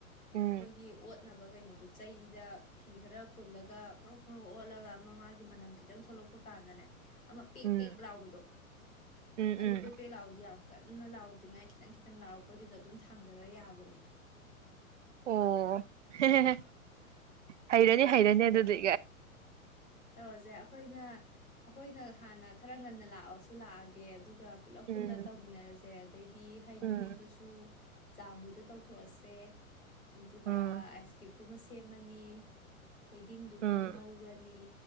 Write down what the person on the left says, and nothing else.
ꯑꯩꯈꯣꯏꯒꯤ ꯑꯣꯠꯅꯕ ꯀꯩꯅꯣꯗꯣ ꯆꯩꯗ ꯐꯤ ꯈꯔ ꯄꯨꯜꯂꯒ ꯀꯔꯣ__꯫ ꯈꯣꯔꯥ ꯑꯣꯠꯂꯒ ꯑꯃ ꯃꯥꯥꯒꯤ ꯃꯅꯝ ꯈꯤꯇꯪ ꯊꯣꯛꯂꯛꯄ ꯀꯥꯟꯗꯅꯦ꯫ ꯑꯃ ꯄꯦꯛ
ꯄꯦꯛ ꯂꯥꯎꯕꯗꯣ
ꯑꯗꯨ ꯄꯦꯛ
ꯄꯦꯛ ꯂꯥꯎꯕꯗꯤ ꯌꯥꯝ꯫ ꯀꯟꯅ ꯂꯥꯎꯗ꯭ꯔꯤꯉꯥꯏ ꯈꯤꯇꯪ ꯈꯤꯇꯪ ꯂꯥꯎꯔꯛꯄꯩꯗꯨꯗ ꯑꯗꯨꯝ ꯊꯥꯡꯗꯔ ꯌꯥꯕꯅꯦ꯫
ꯇꯧꯔꯁꯦ ꯑꯩꯈꯣꯏꯅ ꯑꯩꯈꯣꯏꯅ ꯍꯥꯟꯅ ꯈꯔ ꯉꯟꯅ ꯂꯥꯛꯑꯣꯁꯨ ꯂꯥꯛꯑꯒꯦ ꯑꯗꯨꯒ꯫ ꯄꯨꯂꯞ
ꯄꯨꯜꯂ ꯇꯧꯃꯤꯟꯅꯔꯁꯦ ꯑꯗꯩꯗꯤ ꯍꯩꯃꯍꯤꯗꯨꯁ_꯫
ꯁꯨ ꯖꯥꯝꯒꯤꯗꯣ ꯇꯧꯊꯣꯛꯑꯁꯦ ꯑꯗꯨꯒ
ꯑꯥꯏꯁꯀ__꯫ ꯇꯨꯃ ꯁꯦꯝꯃꯅꯤ ꯊꯣꯏꯗꯤꯡꯗꯨꯃ
ꯉꯧꯔꯅꯤ꯫